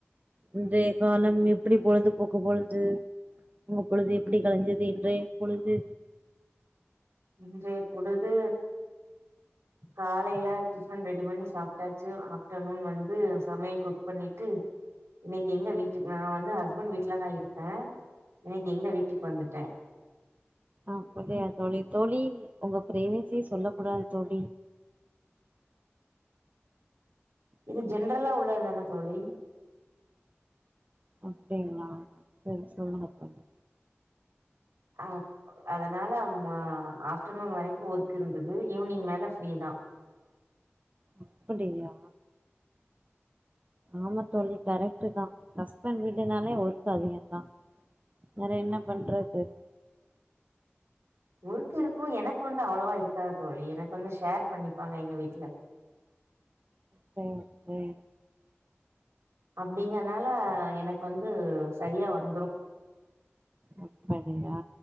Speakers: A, on the right; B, on the right.
A: இன்றய காலம் எப்டி பொழுது போக்கு பொழுச்சி உங்க பொழுது எப்டி கலஞ்சது இன்றய பொழுது
B: இன்றய பொலுது காலைல டிஃபன் ரெடி பண்ணி சாப்டாச்சு ஆஃப்டனூன் வந் து சமயல் குக் பண்ணிட்டு இன்னிக்கு எங்க வீட்டுக் நா வந்து ஹஸ்பண் வீட்லதா இருப்பே இன்னிக்கு எங்க வீட்டுக் வந்துட்ட
A: அ புரியா தோழி தோழி உங்க ப்ரைவசிய சொல்ல கூடாது தோழி
B: இது ஜென்ரலா உள்ளதுதான தோழி
A: அப்டிங்களா செரி சொல்லுங்க தோழி
B: அப் அதனால ம ஆஃப்டனூன் வரைக்கு ஒர்க் இருந்தது ஈவினிங் மேல ஃப்ரீதா
A: அப்படியா ஆமா தோழி கரெக்டுதா அஸ்பண்ட் வீடுனாலே ஒர்க் அதிகந்தா வேற என்ன பண்றது
B: ஊருக்கு இருக்கும் எனககு வந்து அவ்ளவா இருக்காது தோழி எனக்கு வந்து ஷேர் பண்ணிப்பாங்க எங்க வீட்ல
A: செரி சேரி
B: அப்டிங்கனால எனக்கு வந்து சரியா வந்துரும்
A: அப்படியா